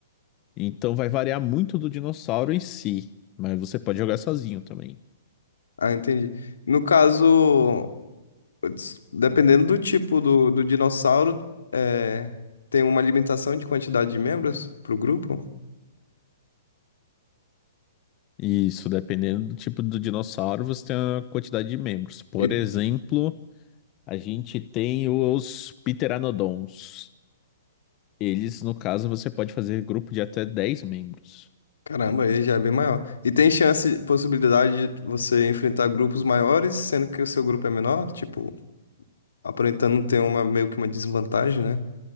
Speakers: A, on the left; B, on the left.
A: Então vai variar muito do dinossauro em si, mas você pode jogar sozinho também.
B: Ah, entendi. No caso, putz, dependendo do tipo do, do dinossauro, é, tem uma limitação de quantidade de membros para o grupo?
A: Isso, dependendo do tipo do dinossauro, você tem uma quantidade de membros. Por
B: E,
A: exemplo, a gente tem os Pteranodons. Eles, no caso, você pode fazer grupo de até 10 membros.
B: caramba, aí já é bem maior. E tem chance, possibilidade de você enfrentar grupos maiores, sendo que o seu grupo é menor? Tipo, aparentando ter uma meio que uma desvantagem, né?